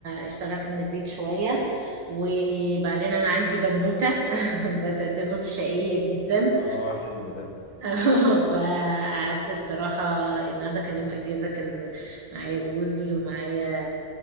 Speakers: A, on the right (about 75°); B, on the left (about 55°).
A: اشتغلت من البيت شوية وبعدين انا عندي بنوتة <laughs> ده ساعتين ونص شقية جدا
B: اه حلو ده
A: اه <laughs> فقعدت بصراحة النهاردة كان يوم أجازة كان معايا جوزي ومعايا